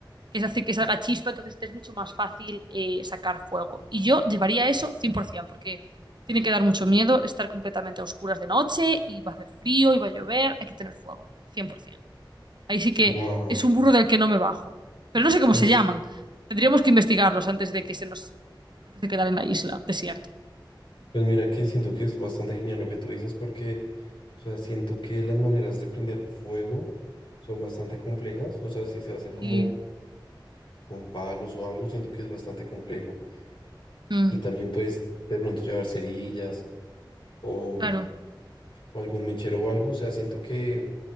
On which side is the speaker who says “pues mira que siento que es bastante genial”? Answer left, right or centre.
Left